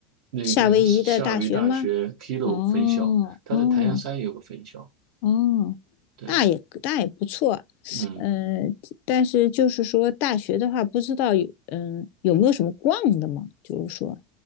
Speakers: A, on the right; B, on the left.
A: 那个夏威夷大学
B: 夏威夷的大学吗？
A: Hilo
B: 哦哦
A: 分校，它在檀香山也有个分校。
B: 哦，
A: 对，
B: 那也那也不错。
A: 嗯
B: 嗯、呃但是就是说大学的话，不知道有嗯、有没有什么逛的嘛？就是说，